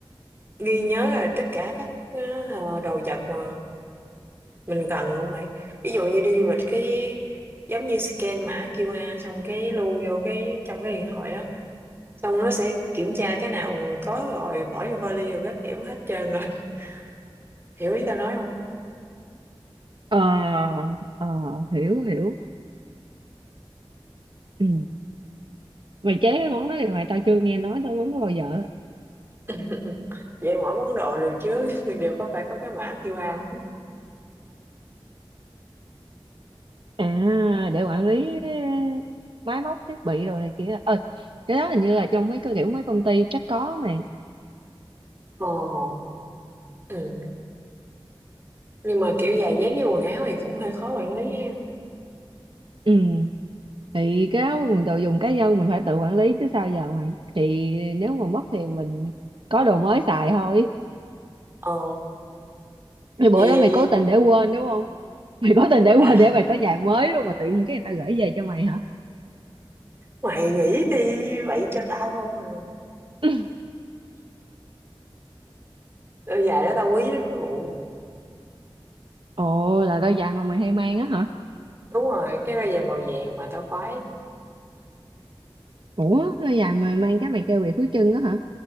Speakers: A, on the right; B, on the right.
A: ghi nhớ là tất cả các ờ, đồ vật mà mình cần không mày ví dụ như đi du lịch cái giống như scan mã QR xong cái lưu vô cái trong cái điện thoại á xong nó sẽ kiểm tra cái nào có rồi bỏ vô vali rồi các kiểu hết trơn rồi <laughs> hiểu ý tao nói không
B: ờ ờ hiểu hiểu ừ mày chế cái món đó thì mày tao chưa nghe nói tới món đó bao giờ
A: <laughs> vậy mỗi món đồ đều chứa <laughs> đều có phải có cái mã QR
B: à để quản lý máy móc thiết bị rồi này kia ờ cái đó hình như là trong mấy cái kiểu mấy công ty chắc có mà
A: Ồ. ừ. nhưng mà kiểu giày dép với quần áo thì cũng hơi khó quản lý ha
B: Ừ. Thì cái đó mình tự dùng cá nhân mình phải tự quản lý chứ sao giờ mày thì nếu mà mất thì mình có đồ mới xài thôi
A: ờ
B: thì bữa
A: vậy
B: đó
A: vậy
B: mày cố tình để quên đúng không <laughs> mày cố tình để quên
A: là
B: để mày có giày mới đúng không mà tự nhiên cái người ta gửi về cho mày hả
A: mày nghĩ đi vậy cho tao không à
B: <laughs>
A: đôi giày đó tao quý lắm vụ
B: ồ là đôi giày mà mày hay mang á hả
A: đúng rồi cái đôi giày màu vàng mà tao khoái
B: ủa đôi giày mà mang cái mày kêu về thú chân á hả